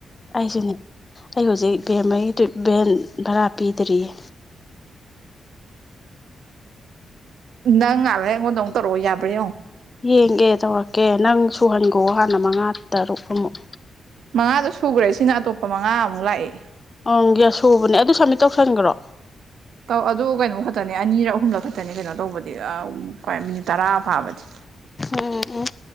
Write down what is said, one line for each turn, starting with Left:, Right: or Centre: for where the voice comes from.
Left: ꯑꯩꯁꯨꯅꯦ ꯑꯩ ꯍꯧꯖꯤꯛ ꯕꯦꯝꯒꯤ ꯚꯦꯟ ꯚꯔꯥ ꯄꯤꯗ꯭ꯔꯤꯌꯦ
Right: ꯅꯪ ꯉꯥꯍꯥꯛ ꯂꯩꯔꯒ ꯑꯩꯉꯣꯟꯗ ꯑꯃꯨꯛ ꯇꯧꯔꯛꯑꯣ ꯌꯥꯕ꯭ꯔ ꯌꯦꯡꯉꯣ
Left: ꯌꯦꯡꯒꯦ ꯇꯧꯔꯛꯀꯦ ꯅꯪ ꯁꯨꯍꯟꯒꯣ ꯍꯥꯟꯅ ꯃꯉꯥ ꯇꯔꯨꯛ ꯃꯨꯛ
Right: ꯃꯉꯥꯗꯣ ꯁꯨꯈ꯭ꯔꯦ ꯁꯤꯅ ꯑꯇꯣꯞꯄ ꯃꯉꯥꯃꯨꯛ ꯂꯥꯛꯑꯦ
Left: ꯎꯪ ꯌꯥꯁ ꯁꯨꯕꯅꯦ ꯑꯗꯨ ꯁꯕꯃꯤꯠ ꯇꯧꯁꯟꯒ꯭ꯔꯣ
Right: ꯇꯧ ꯑꯗꯨ ꯀꯩꯅꯣꯝ ꯈꯛꯇꯅꯤ ꯑꯅꯤꯔꯛ ꯑꯍꯨꯝꯂꯛ ꯈꯛꯇꯅꯤ ꯀꯩꯅꯣ ꯇꯧꯕꯗꯤ ꯃꯤꯅꯤꯠ ꯇꯔꯥ ꯐꯥꯕꯗꯤ
Left: ꯎꯝ ꯎꯝ